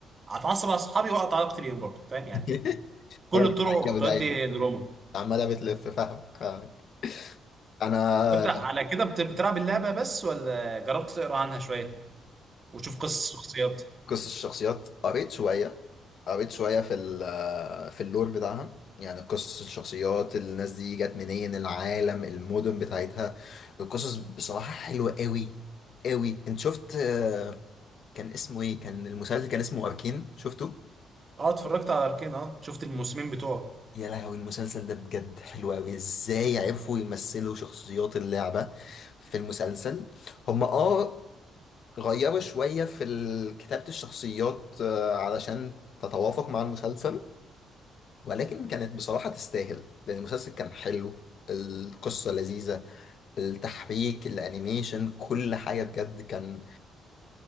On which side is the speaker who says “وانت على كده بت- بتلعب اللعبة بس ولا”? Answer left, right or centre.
Right